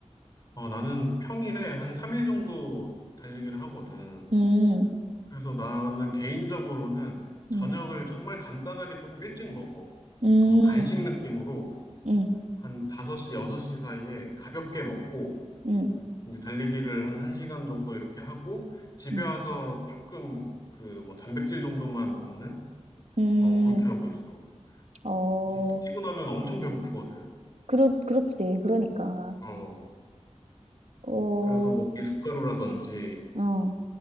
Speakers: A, on the left; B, on the right.
A: 어, 나는 평일에 한 3일 정도 달리기를 하거든.
B: 음,
A: 그래서 나는 개인적으로는 저녁을
B: 음,
A: 정말 간단하게 조금 일찍 먹어.
B: 음,
A: 그뭐 간식 느낌으로
B: 음,
A: 한 5시, 6시 사이에 가볍게 먹고,
B: 음,
A: 이제 달리기를 한 1시간 정도 이렇게 하고 집에
B: 음,
A: 와서 조금 그 뭐 단백질 정도만 먹는
B: 음,
A: 어 그렇게 하고 있어.
B: 어,
A: 이게 뛰고 나면 엄청 배고프거든.
B: 그렇, 그렇지. 그러니까.
A: 어.
B: 어,
A: 그래서 뭐 미숫가루라든지
B: 어,